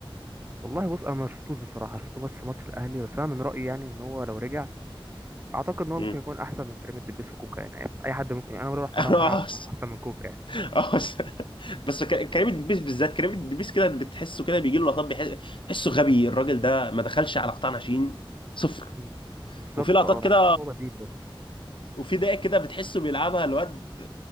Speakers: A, on the right (about 25°); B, on the left (about 65°).
A: والله بص انا ما شفتوش بصراحة شفته بس ماتش الاهلي بس انا من رأيي يعني ان هو لو رجع اعتقد ان هو
B: مم.
A: ممكن يكون احسن من كريم الدبيس وكوكا يعني اي حد ممكن انا لو رحت
B: <laughs>
A: أروح العب احسن من كوكا يعني
B: اه <laughs> بس بس ك- كريم الدبيس بالذات كريم الدبيس كده بتحسه كده بيجي له لقطات بيحس- بتحسه غبي الراجل ده ما دخلش على قطاع ناشئين صفر
A: مم. بالظبط
B: وفي لقطات
A: اه بحس
B: كده
A: هو بديل برضه
B: وفي دقايق كده بتحسه بيلعبها الواد